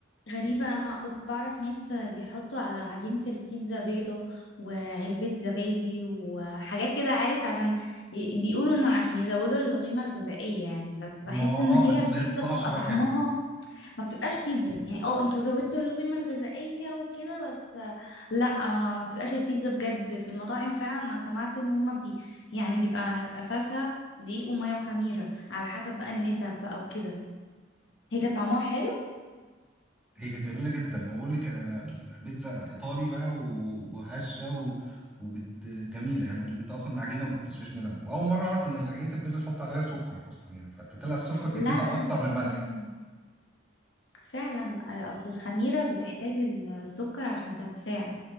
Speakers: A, on the left; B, in the centre.
A: غريبة أنا كنت بعرف ناس بيحطوا على عجينة البيتزا بيضة وعلبة زبادي وحاجات كده عارف عشان ي- بيقولوا إنه عشان يزودوا القيمة الغذائية يعني بس بحس
B: ما هو
A: إن
B: اه
A: هي
B: بس
A: البيتزا
B: ما بتطلعش
A: بيبقى
B: بقى
A: طعمها
B: حلوة
A: ما بتبقاش بيتزا يعني اه انتوا زودتوا القيمة الغذائية وكده بس آه، لا ما, ما بتبقاش البيتزا بجد في المطاعم فعلا انا سمعت ان هما بي يعني بيبقى اساسها دقيق ومية وخميرة على حسب بقى النسب بقى وكده هي كانت طعمها حلو
B: هي كانت جميله جدا ما بقول لك انا بيتزا ايطالي بقى و- وهشه و... وبت جميله يعني انت اصلا العجينه ما بتشبهش منها واول مره اعرف ان العجينه البيتزا تحط عليها سكر اصلا يعني فتطلع السكر كميتها
A: لا لا
B: اكتر من الملح
A: مم. فعلا آه، اصل الخميرة بتحتاج السكر عشان تتفاعل